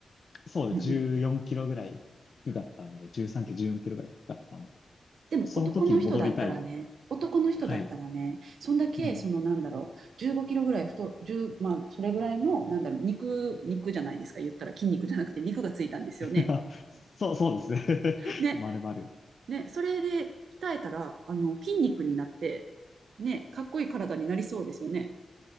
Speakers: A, on the left; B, on the right.
A: そうです、
B: うん、うん
A: 14キロぐらい低かったので、13キロ、14キロが低かったので、
B: でも男の人だったらね、
A: その時に戻りたい。
B: 男の人だったらね、
A: はい。
B: そんだけ、
A: うん。
B: そのなんだろう、15キロぐらい太、1まあ、それぐらいの、なんだろう、肉、肉じゃないですか、言ったら筋肉じゃなくて肉がついたんですよね。
A: <laughs> そう、そうですね。<laughs>
B: ね、
A: まるまる。
B: ね、それで鍛えたら、あの、筋肉になって、ね、かっこいい体になりそうですよね、